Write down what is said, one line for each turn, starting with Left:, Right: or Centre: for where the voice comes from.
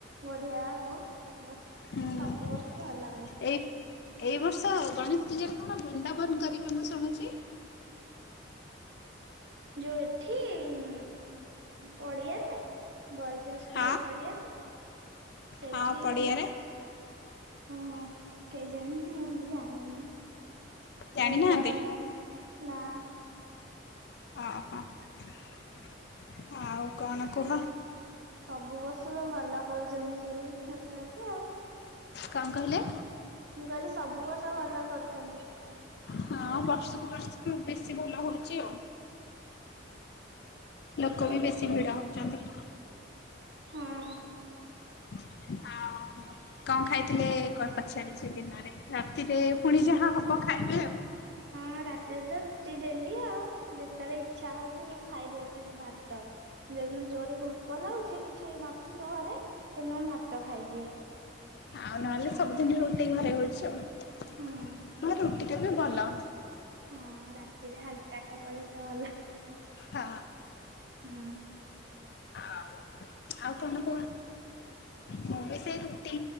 Right: ବଢିଆ ହବ ଏ-
Left: ହୁଁ
Right: ସବୁ ବର୍ଷ ଭଲ ହଉଚି।
Left: ଏଇ ଏଇ ବର୍ଷ ଗଣେଶ୍ ପୂଜାରେ କଣ ବୃନ୍ଦାବନ୍ କରିବେ ମୁଁ ଶୁଣୁଚୁ?
Right: ଯଉ ଏଠି ଉଁ -ପଡିଆରେ ବୈଜାସ୍ ସ୍କୁଲ୍
Left: ହଁ
Right: ପଡ଼ିଆରେ ସେଇଠି
Left: ହଁ ପଡ଼ିଆରେ
Right: ଓହୋ କେଜାଣି। ମୁଁ ଜାଣିନି
Left: ଜାଣିନାହାନ୍ତି
Right: ବୃନ୍ଦାବନ- ନା।
Left: ଓହ -ଆଉ କଣ କୁହ?
Right: ସବୁ ବର୍ଷ ଭଲ କରୁଚନ୍ତି ସେଇ ହୋଟେଲ୍ ଟି ଆଉ।
Left: କଅଁ କହିଲେ?
Right: ମୁଁ କହିଲି ସବୁ ବର୍ଷ ଭଲ କରୁଚନ୍ତି।
Left: ହଁ ବର୍ଷକୁ ବର୍ଷ ବେଶୀ ଭଲ ହଉଚି ଆଉ। ଲୋକ
Right: ଟିଉସନ
Left: ବି ବେଶୀ ଭିଡ ହଉଚନ୍ତି।
Right: ହଁ।
Left: ଆଉ କଣ ଖାଇଥିଲେ ପଚାରିଚି ଦିନରେ ରାତିରେ ପୁଣି ଯାହା ହବ ଖାଇବେ ଆଉ।
Right: ହଁ ରାତିରେ ତ ରୁଟି ଡେଲି ଆଉ ଯେତେବେଳେ ଇଚ୍ଛା ହଉଚି ମୁଁ ଖାଇଦଉଚି। ଆଜି ଭାତ ଯଦି ଯଉଦିନ ଜୋର୍ ରେ ଭୋକ ଲାଗୁଚି କିଛି ନଥିବ ଘରେ ହେଇ ଦିନ ଭାତ। ଭାଇ ଦିଏ।
Left: ଆଉ ନହେଲେ ସବୁଦିନି ରୁଟି ଘରେ ହଉଚି ଆଉ।
Right: ହୁଁ
Left: ହଁ
Right: ରୁଟି
Left: ରୁଟିଟା ବି ଭଲ।
Right: ହଁ ରାତିରେ ହାଲ୍କା ଖାଇବ ଯେତ୍ ତ ଭଲ।
Left: ହଁ
Right: ହୁଁ
Left: ଆଉ ଆଉ କଣ କୁହ? ମୁଁ ବି ସେଇ ରୁଟି